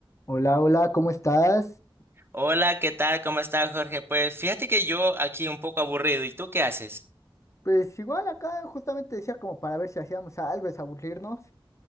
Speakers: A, on the left (about 35°); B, on the right (about 25°).
A: Hola, hola, ¿cómo estás?
B: Hola, ¿qué tal? ¿Cómo estás, Jorge? Pues fíjate que yo aquí un poco aburrido. ¿Y tú qué haces?
A: Pues igual acá justamente decía como para ver si hacíamos algo, desaburrirnos.